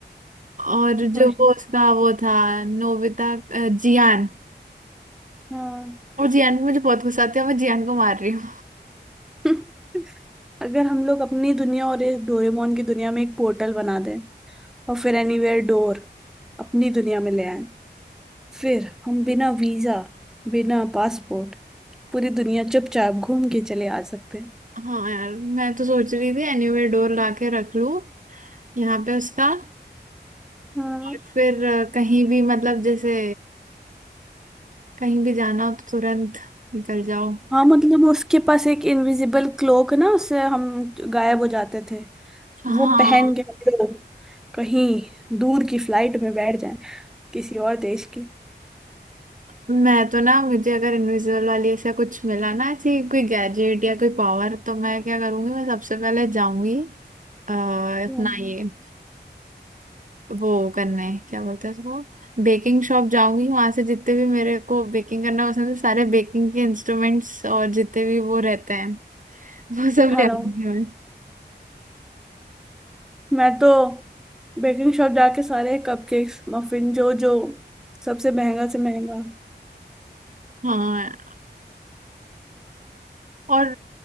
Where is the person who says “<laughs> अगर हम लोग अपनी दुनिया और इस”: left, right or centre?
Centre